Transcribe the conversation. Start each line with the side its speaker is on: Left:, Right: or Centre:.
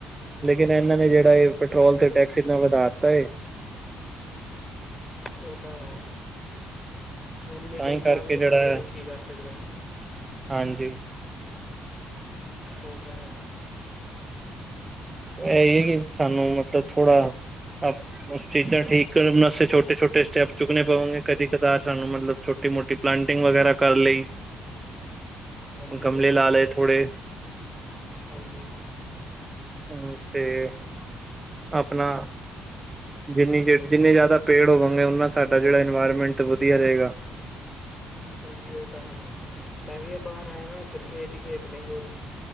Left: ਹਾਂਜੀ
Right: ਲੇਕਿਨ ਇਹਨਾਂ ਨੇ ਜਿਹੜਾ ਇਹ ਪੈਟਰੋਲ ਤੇ ਟੈਕਸ ਇੰਨਾ ਵਧਾ ਦਿੱਤਾ ਹੈ
Left: ਓ ਤਾ ਹੈ। ਹੁਣ ਮਿਡਲ
Right: ਤਾਂ ਹੀ
Left: ਕਲਾਸ
Right: ਕਰਕੇ
Left: ਬੰਦਾ
Right: ਜਿਹੜਾ
Left: ਇਹਦੇ
Right: ਹੈ
Left: ਵਿੱਚ ਕੀ ਕਰ ਸਕਦਾ ਹੈ?
Right: ਹਾਂਜੀ।
Left: ਓ ਤਾ ਹੈ।
Right: ਇਹੀ ਹੈ ਕਿ ਸਾਨੂੰ ਮਤਲਬ ਥੋੜਾ ਆਪ ਚੀਜ਼ਾਂ ਠੀਕ ਕਰਨਾਸੇ ਛੋਟੇ ਛੋਟੇ ਸਟੈਪ ਚੁੱਕਣੇ ਪਵਾਂਗੇ, ਕਦੀ ਕਤਾਰ ਸਾਨੂੰ ਮਤਲਬ ਛੋਟੀ ਮੋਟੀ ਪਲਾਂਟਿੰਗ ਵਗੈਰਾ ਕਰ ਲਈ,
Left: ਹਾਂਜੀ
Right: ਗਮਲੇ
Left: ਉਹ
Right: ਲਾ
Left: ਤਾਂ ਹੈ
Right: ਲਏ ਥੋੜੇ
Left: ਹਾਂਜੀ।
Right: ਹਮ ਤੇ <unintelligible> ਆਪਣਾ ਜਿੰਨੀ ਜ ਜਿੰਨੇ ਜ਼ਿਆਦਾ ਪੇੜ ਹੋਵਾਂਗੇ, ਉਨਾ ਸਾਡਾ ਜਿਹੜਾ ਇਨਵਾਇਰਮੈਂਟ ਵਧੀਆ ਰਹੇਗਾ।
Left: ਹਾਂਜੀ ਉਹ ਤਾਂ ਹੈ, ਮੈਂ ਵੀ ਇਹ ਬਾਹਰ ਆਇਆ ਇੱਧਰ ਖੇਤ, ਖੇਤ ਨੇ ਕੋਲ